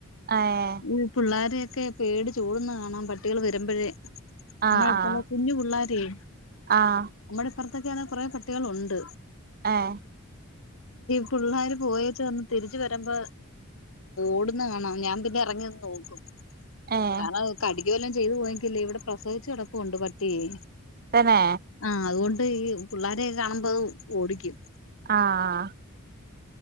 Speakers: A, on the right; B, on the left.
A: ആഹ്
B: ഈ പിള്ളോരെയൊക്കെ പേടിച്ചോട്ന്ന കാണാം പട്ടികൾ വരുമ്പഴേ നമ്മള
A: ആഹ്
B: അടുത്തുള്ള
A: ആഹ്
B: കുഞ്ഞു പിള്ളാരേയ്
A: ആഹ്
B: നമ്മടെപ്പർത്തൊക്കെ ആണെ കുറെ പട്ടികളുണ്ട്
A: ഏഹ്
B: പിള്ളേര് പോയ ച വന്ന് തിരിച്ച വരുമ്പോ ഓടുന്ന കാണം ഞാൻ പിന്നെ ഇറങ്ങിന്ന് നോക്കും
A: ഏഹ്
B: കാരണം കടിക്കുവല്ലാം ചെയ്തു പോയെങ്കല്ലേ ഇവിടെ പ്രസവിച്ചു കെടപ്പുണ്ട് പട്ടിയെ
A: തന്നെ
B: ആഹ് അതുകൊണ്ട് ഈ പിള്ളാരെക്കെ കാണുമ്പോ ഓടിക്കും
A: ആഹ്